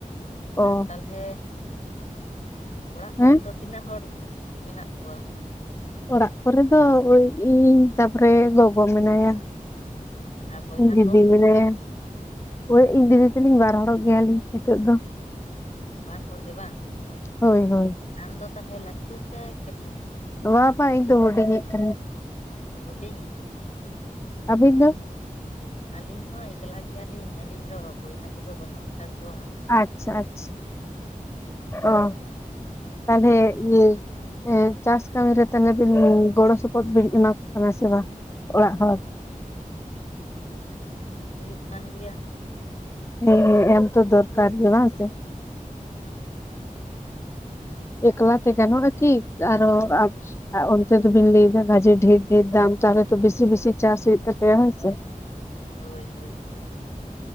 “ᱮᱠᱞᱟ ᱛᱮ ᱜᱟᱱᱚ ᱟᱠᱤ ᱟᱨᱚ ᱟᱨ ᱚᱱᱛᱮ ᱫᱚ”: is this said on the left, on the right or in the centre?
Left